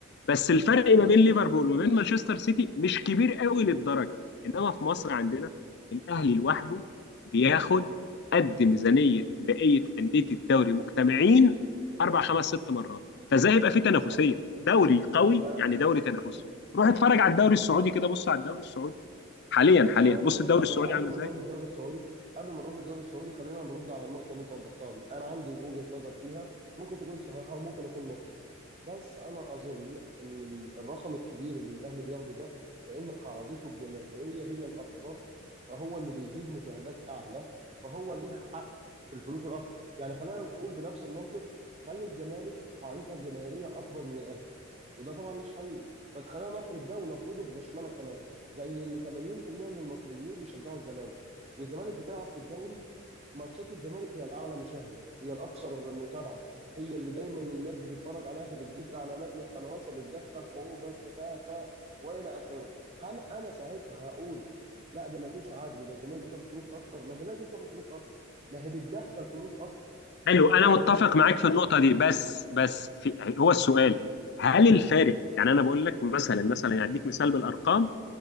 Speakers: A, on the left; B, on the right.
A: بس الفرق
B: ماشي
A: ما بين ليفربول وما بين مانشستر سيتي مش كبير قوي للدرجه انما في مصر عندنا الاهلي لوحده بياخد قد ميزانيه بقيه انديه الدوري مجتمعين اربع خمس ست مرات فازاي هيبقى في تنافسيه
B: أه.
A: دوري قوي
B: طب انا
A: يعني دوري تنافسي روح اتفرج على الدوري السعودي
B: طب
A: كده بص على الدوري السعودي حاليا
B: طب
A: حاليا
B: ثواني
A: بص
B: بس
A: الدوري
B: ثواني
A: السعودي
B: قبل
A: عامل
B: ما
A: ازاي
B: نروح للدوري السعودي قبل ما نروح للدوري السعودي خلينا نرد على النقطه اللي انت وضحتها دي انا عندي وجهه نظر فيها ممكن تكون صحيحه وممكن اكون مخطئ بس انا اظن ان ال- الرقم الكبير اللي الاهلي بياخده ده لان قاعدته الجماهيريه هي الاكبر فهو اللي بيجيب مشاهدات اعلى فهو ليه حق في الفلوس الاكبر يعني خلينا نقول بنفس المنطق خلي الزمالك قاعدتها الجماهيريه اكبر من الاهلي وده طبعا مش حقيقي بس خلينا نفرض ده ونفرضه بغشمنه كمان زي ان 80% من المصريين بيشجعوا الزمالك والزمالك بتلعب في الدوري ماتشات الزمالك هي الاعلى مشاهده هي الاكثر متابعه هي اللي دايما الناس بتتفرج عليها فبتجيب اعلانات للقنوات فبتدخل حقوق بس ف ف والى اخره هل انا ساعتها هقول لا ده ما فيش عدل ده الزمالك بتاخد فلوس اكتر ما هي لازم تاخد فلوس اكتر ما هي بتدخل فلوس اكتر
A: حلو انا
B: فاهم
A: متفق
B: قصدي
A: معاك في النقطه دي بس بس في هو السؤال
B: ها
A: هل الفارق يعني انا بقول لك مثلا مثلا يعني اديك مثال بالارقام